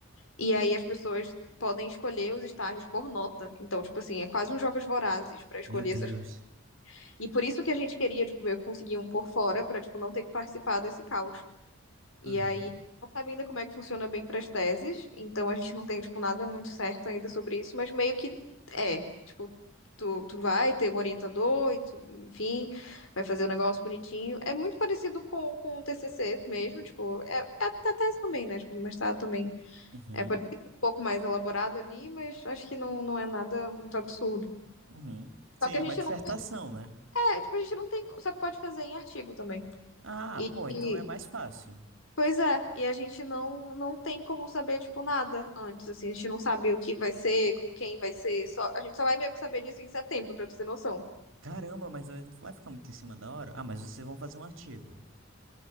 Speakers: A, on the left; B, on the right.
A: E aí as pessoas podem escolher os estágios por nota. Então, tipo assim, é quase uns jogos vorazes para escolher
B: Meu Deus.
A: essas coisas. E por isso que a gente queria, tipo, eu conseguir um por fora para tipo não ter que participar desse caos. E
B: Uhum,
A: aí não sabe ainda como é que funciona bem para as teses, então a gente não tem tipo nada muito certo ainda sobre isso, mas meio que é, tipo, tu, tu vai ter um orientador e tu, enfim, vai fazer o um negócio bonitinho. É muito parecido com, com o TCC mesmo, tipo, é, é a tese também, né? Tipo, o mestrado também
B: uhum,
A: é por isso que é um pouco mais elaborado ali, mas acho que não, não é nada muito absurdo.
B: uhum. Sim,
A: Só que a
B: é
A: gente
B: uma dissertação,
A: não
B: né?
A: é, tipo, a gente não tem, só que pode fazer em artigo também.
B: Ah, pô,
A: E
B: então é mais fácil.
A: pois é, e a gente não não tem como saber tipo nada antes, assim, a gente não sabe o que vai ser, com quem vai ser, só a gente só vai meio que saber disso em setembro, pra tu ter noção.
B: Caramba, mas não vai ficar muito em cima da hora? Ah, mas vocês vão fazer um artigo.